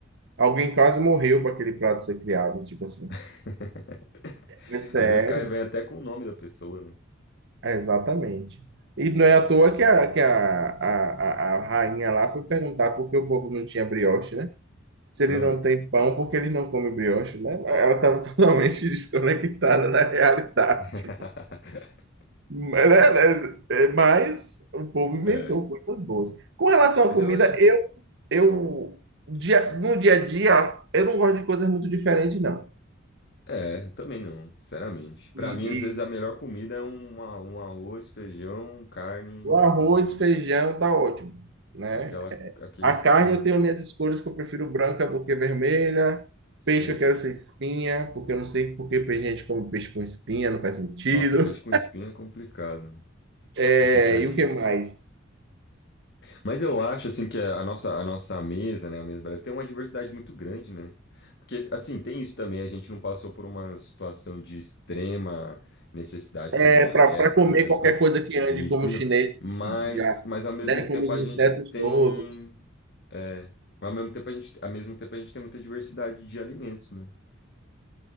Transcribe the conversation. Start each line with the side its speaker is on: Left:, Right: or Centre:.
Right: Alguém quase morreu para aquele prato ser criado, tipo assim.
Left: <laughs>
Right: É sério.
Left: Às vezes cai vem até com o nome da pessoa, né?
Right: É, Exatamente. E não é à toa que a, que a, a, a a rainha lá foi perguntar por que o povo não tinha brioche, né? Se ele
Left: Ah.
Right: não tem pão, por que ele não come brioche, né? Ela estava <laughs> totalmente desconectada da realidade.
Left: <laughs>
Right: Mas, né, né, é, mas o povo inventou
Left: É.
Right: coisas boas. Com relação à
Left: Mas
Right: comida,
Left: eu acho.
Right: eu, eu dia, no dia a dia, eu não gosto de coisas muito diferentes, não.
Left: É, também não, sinceramente. Pra
Right: E,
Left: mim, às
Right: e
Left: vezes, a melhor comida é um, a- um arroz, feijão, carne
Right: o arroz,
Left: e
Right: feijão, tá ótimo, né?
Left: aquela, aquele
Right: A carne
Left: simples,
Right: eu tenho minhas
Left: né?
Right: escolhas que eu prefiro branca do que vermelha.
Left: sei
Right: Peixe eu quero sem espinha, porque eu não sei por que gente come peixe com espinha, não faz sentido.
Left: Nossa, peixe com espinha é complicado, né?
Right: É,
Left: Complicadíssimo.
Right: e o que mais?
Left: Mas eu acho, assim, que a nossa, a nossa mesa, né, a mesa brasileira, tem uma diversidade muito grande, né? Porque, assim, tem isso também, a gente não passou por uma situação de extrema necessidade,
Right: É,
Left: como uma
Right: para
Left: guerra, assim,
Right: comer
Left: que as
Right: qualquer
Left: coisas
Right: coisa que ande,
Left: liquidam,
Right: como os chineses,
Left: mas,
Right: que já,
Left: mas ao mesmo
Right: né,
Left: tempo
Right: como os
Left: a
Right: insetos
Left: gente tem,
Right: todos.
Left: é, ao mesmo tempo a gente, ao mesmo tempo a gente tem muita diversidade de alimentos, né?